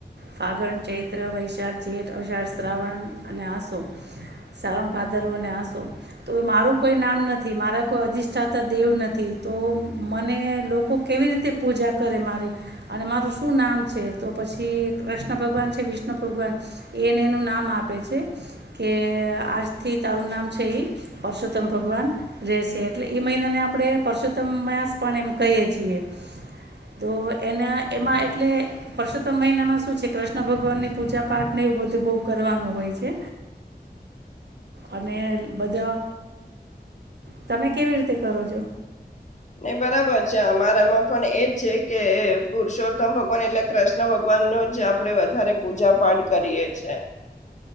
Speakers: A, on the right; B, on the left.
A: ફાગણ ચૈત્ર વૈશાખ જેઠ અષાઢ શ્રાવણ અને આંસો શ્રાવણ ભાદર અને આંસો, તો એ મા કોઈ નામ નથી મારા કોઈ અધિષ્ઠાતા દેવ નથી તો મને લોકો કેવી રીતે પૂજા કરે મારી, અને મારું શું નામ છે તો પછી કૃષ્ણ ભગવાન છે વિષ્ણુ ભગવાન, એને એનું નામ આપે છે કે, આજથી તારું નામ છે એ પરષો તમ ભગવાન રહેશે એટલે એ મહિનાને આપણે પરસોત્તમ પણ એમ કહીએ છીએ, તો એના એમાં એટલે પરસોત્તમ મહિનામાં શું છે કૃષ્ણ ભગવાનની પૂજા પાઠને એવું બધું બહ કરવાનું હોય છે, અને બધા તમે કેવી રીતે કરો છો?
B: નહી બરાબર છે અમારામાં પણ એજ છે કે પુરુષોત્તમ ભગવાન એટલે કૃષ્ણ ભગવાન નું જ આપડે વધારે પૂજા પાઠ કરીએ છે